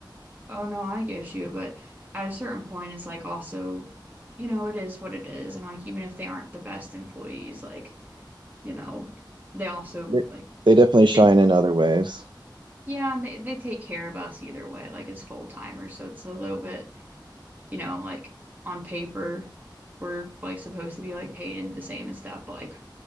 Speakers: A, on the right; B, on the right.
A: Oh no, I get you, but at a certain point, it's like also, you know, it is what it is, and like even if they aren't the best employees, like you know, they also
B: They,
A: like
B: they definitely shine
A: they
B: in other ways.
A: yeah, and they they take care of us either way, like as full timers, so it's a little bit, you know, like on paper, we're like supposed to be like paid into the same and stuff, but like